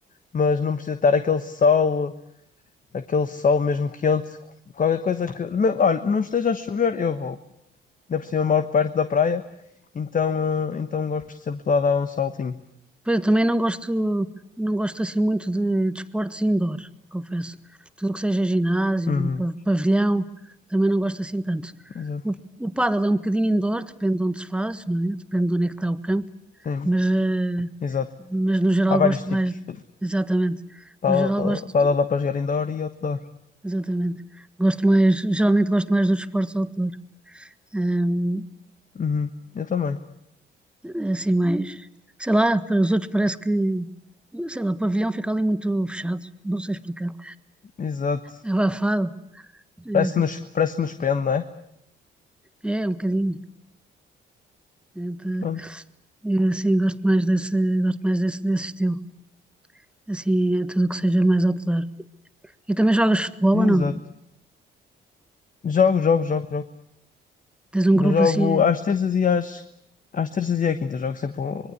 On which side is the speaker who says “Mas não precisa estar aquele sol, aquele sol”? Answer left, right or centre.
Left